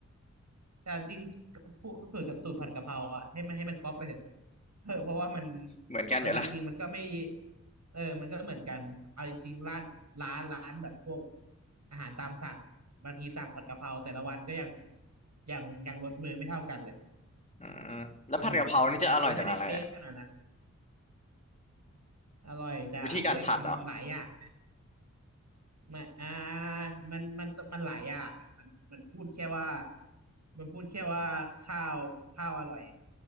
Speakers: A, on the right; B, on the left.
A: แต่จริงพวกสูตรกับสูตรผัดกะเพราอ่ะให้มันให้มันก๊อปไปเถอะ <laughs> เออเพราะว่ามัน
B: เหมือนกันอยู่ละ
A: เอาจริงๆมันก็ไม่เออมันก็เหมือนกันเอาจริงๆร้านร้านร้านแบบพวกอาหารตามสั่งบางทีสั่งผัดกะเพราแต่ละวันก็ยังยังยังรสมือไม่เท่ากันเลย
B: อืมแล้วผัดกะเพรานี่จะอร่อยจากอะไรอะ
A: อืมมันไม่ได้เป๊ะขนาดนั้นอร่อยจ้ะอุ้ยมันหลายอย่างนะ
B: วิธีการผัดเหรอ
A: ไม่อ่ามันมันมันหลายอย่างอ่ะมันมันพูดแค่ว่ามันพูดแค่ว่าข้าวข้าวอร่อย